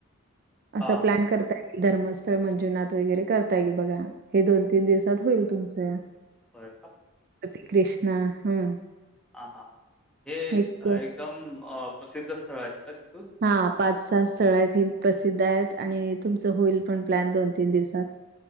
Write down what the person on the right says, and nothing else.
असा
प्लॅन कर धर्मस्थळ मंजुनाथ वगैरे करता येईल बघा. हे दोन तीन दिवसात होईल तुमचं.
ती कृष्णा हम्म.
एक
हा पाच सहा स्थळ आहेत हि प्रसिद्ध आहेत आणि तुमचं होईल पण प्लॅन दोन तीन दिवसात.